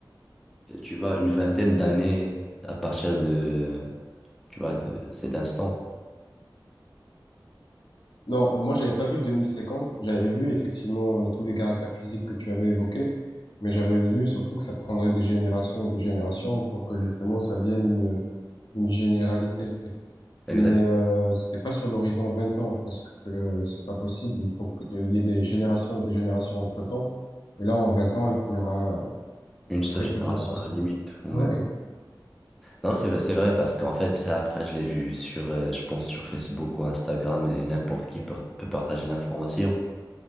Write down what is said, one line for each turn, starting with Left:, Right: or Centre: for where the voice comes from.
Centre: tu vois, une vingtaine d'années à partir de, tu vois, de cet instant.
Left: Non, euh, moi, j'avais pas vu 2050. J'avais vu effectivement euh, tous les caractères physiques que tu avais évoqués, mais j'avais vu surtout que ça prendrait des générations et des générations pour que justement ça vienne une, une généralité.
Centre: Exact.
Left: Mais euh, c'était pas sur l'horizon 20 ans parce que euh, c'est pas possible. Il faut qu'il y ait des générations et des générations entre-temps. Et là, en 20 ans, il y aura euh,
Centre: Une seule
Left: très
Centre: génération
Left: peu de générations.
Centre: à la limite.
Left: <laughs>
Centre: ou même-
Left: Ouais.
Centre: Non, c'est vrai, c'est vrai, parce qu'en fait, ça, après, je l'ai vu sur, euh, je pense, sur Facebook ou Instagram, et n'importe qui peut peut partager l'information.